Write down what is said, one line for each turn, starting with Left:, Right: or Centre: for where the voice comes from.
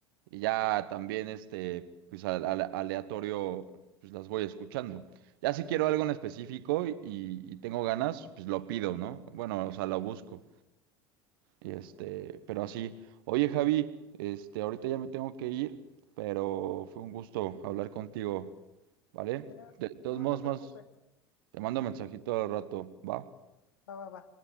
Right: Y ya también, este, pues al- al- aleatorio, pues las voy escuchando. Ya si quiero algo en específico y, y tengo ganas, pues lo pido, ¿no? Bueno, o sea, lo busco. Y este, pero así. Oye, Javi, este, ahorita ya me tengo que ir, pero fue un gusto hablar contigo, ¿vale?
Left: Ya,
Right: De todos
Left: ya no
Right: modos,
Left: te preocupes.
Right: más. Te mando mensajito al rato, ¿va?
Left: Va, va, va.